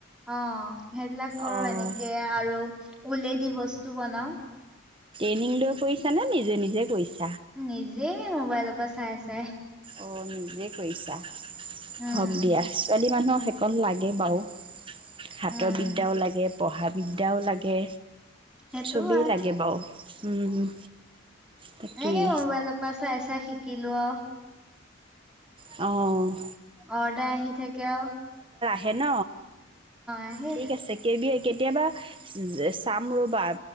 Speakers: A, in the centre; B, on the right.
A: অ সেইবিলাক কৰো
B: অঁ
A: এনেকে আৰু উল দি বছ- তো বনাও
B: ৰিং লৈ কৰিছা নে নিজে নিজে কৰিছা?
A: নিজে এই মোবাইলৰ পৰা চাই চাই
B: অ নিজে কৰিছা
A: উম
B: হক দিয়া ছোৱালী মানুহৰ সেইকন লাগে বাৰু। সাতৰ
A: উম
B: বিদ্যাও লাগে পঢ়া- বিদ্যাও লাগে।
A: সেইটো
B: ছবি
A: হয়
B: লাগে বাও উম তাকেই
A: এনেকে মোবাইলৰ পৰা চাই চাই শিকিলো আৰু
B: অ
A: অৰ্ডাৰ আহি থাকে অ।
B: হেন
A: আহে
B: ঠিক আছে। কেই কেতিয়াবা চাম ৰ'বা